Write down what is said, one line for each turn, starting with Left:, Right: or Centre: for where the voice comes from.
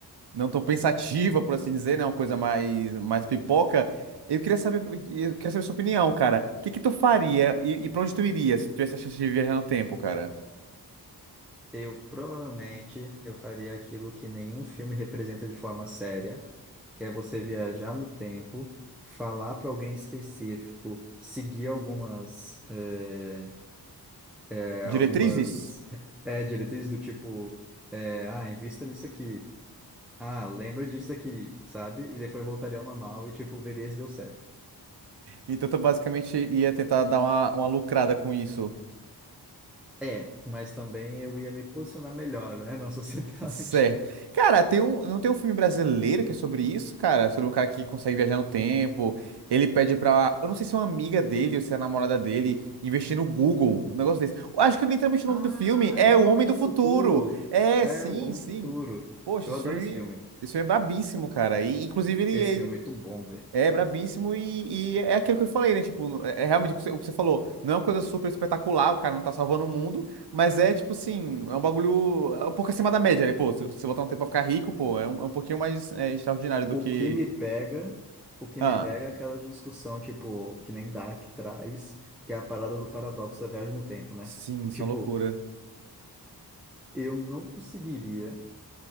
Right: não tão pensativa, por assim dizer, né? Uma coisa mais, mais pipoca. Eu queria saber, eu queria saber sua opinião, cara. O que que tu faria e, e pra onde tu iria se tu tivesse a chance de viajar no tempo, cara?
Centre: Eu provavelmente eu faria aquilo que nenhum filme representa de forma séria, que é você viajar no tempo, falar para alguém específico, seguir algumas eh, eh,
Right: Diretrizes?
Centre: algumas eh, diretrizes do tipo eh, ah, invista nisso aqui, ah, lembra disso aqui, sabe? E depois voltaria ao normal e tipo veria se deu certo.
Right: Então tu basicamente ia tentar dar uma, uma lucrada com isso.
Centre: É, mas também eu ia me posicionar melhor, né, <laughs> na sociedade.
Right: Certo. Cara, tem um, não tem um filme brasileiro que é sobre isso, cara? Sobre um cara que consegue viajar no tempo. Ele pede pra. Eu não sei se é uma amiga dele ou se é a namorada dele investir no Google, um negócio desse. Eu acho que é literalmente o
Centre: Ah,
Right: nome do filme é
Centre: é o
Right: O
Centre: Homem
Right: Homem
Centre: do
Right: do
Centre: Futuro.
Right: Futuro. É,
Centre: É
Right: sim,
Centre: o Homem
Right: sim.
Centre: do Futuro.
Right: Poxa,
Centre: Eu
Right: esse
Centre: adoro
Right: filme,
Centre: esse filme.
Right: esse filme é brabíssimo, cara. E, inclusive, ele,
Centre: Esse filme é muito bom, velho.
Right: é brabíssimo e, e é aquilo que eu falei, né? Tipo, no- é é realmente o que você o que você falou. Não é uma coisa super espetacular, o cara não tá salvando o mundo, mas é tipo assim, é um bagulho é um pouco acima da média, né? Pô, se você botar um tempo pra ficar rico, pô, é um, é um pouquinho mais é, extraordinário do
Centre: O
Right: que.
Centre: que me pega, o que
Right: Ah,
Centre: me pega é aquela discussão, tipo, que nem Dark traz, que é a parada do paradoxo da viagem no tempo, né?
Right: sim,
Centre: Do
Right: isso
Centre: tipo,
Right: é uma loucura.
Centre: eu não conseguiria